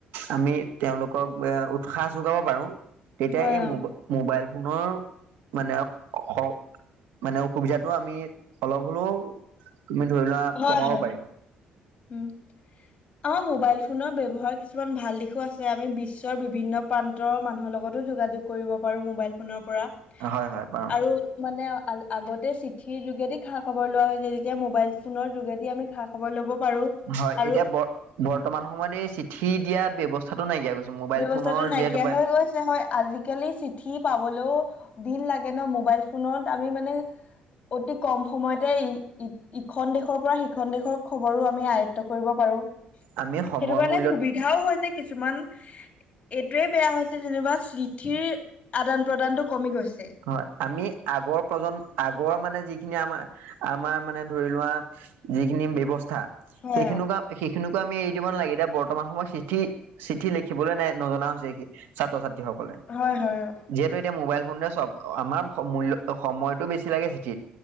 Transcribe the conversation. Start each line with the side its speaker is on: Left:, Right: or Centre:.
Right: আমি তেওঁলোকক এ উৎসাহ যোগাব পাৰোঁ তেতিয়া
Left: হয়
Right: এই
Left: অ
Right: মো মোবাইল ফোনৰ মানে খক মানে অসুবিধাটো আমি অলপ হ'লেও তুমি ধৰি লোৱা
Left: হয়
Right: কমাব
Left: হয়
Right: পাৰিম।
Left: উম! আমাৰ মোবাইল ফোনৰ ব্যৱহাৰ কিছুমান ভাল দিশো আছে আমি বিশ্বৰ বিভিন্ন প্ৰান্তৰ মানুহৰ লগতো যোগাযোগ কৰিব পাৰোঁ মোবাইল ফোনৰ পৰা।
Right: হয়-হয়, পাওঁ।
Left: আৰু মানে আ-আগতে চিঠিৰ যোগেদি খা খবৰ লোৱা হৈছে। যেতিয়া মোবাইল ফোনৰ যোগেদি আমি খা খবৰ ল'ব পাৰো
Right: হয়।
Left: আৰু
Right: এতিয়া বৰ বৰ্তমান সময়ত এই চিঠি দিয়া ব্যৱস্থাটো নাইকিয়া হৈ গৈছে। মোবাইল
Left: ব্যৱস্থাটো
Right: ফোনৰ
Left: নাইকিয়া
Right: যিহেতু পাই
Left: হৈ গৈছে হয়। আজিকালি চিঠি পাবলৈও দিন লাগে ন, মোবাইল ফোনত আমি মানে অতি কম সময়তে ই-ই ইখন দেশৰ পৰা সিখন দেশৰ খবৰো আমি আয়ত্ব কৰিব পাৰোঁ।
Right: আমি
Left: সেইটো
Right: সময়
Left: কাৰণে
Right: মূল্যত
Left: সুবিধাও হৈছে কিছুমান। এইটোৱে বেয়া হৈছে যেনিবা চিঠিৰ আদান-প্ৰদানটো কমি গৈছে।
Right: হয়। আমি আগৰ প্ৰজন্ম আগৰ মানে যিখিনি আমাৰ-আমাৰ মানে ধৰি লোৱা যিখিনি ব্যৱস্থা
Left: হয়
Right: সেইখিনিকা
Left: অ।
Right: সেইখিনিকো আমি এৰি দিব নালাগে। এতিয়া বৰ্তমান সময়ত চিঠি চিঠি লিখিবলে নাই নজনা হৈছে সেই ছাত্ৰ-ছাত্ৰীসকলে।
Left: হয়-হয়। অ!
Right: যিহেতু এতিয়া মোবাইল ফোনতে চব আমাৰ মূল্য সময়টো বেছি লাগে চিঠিত।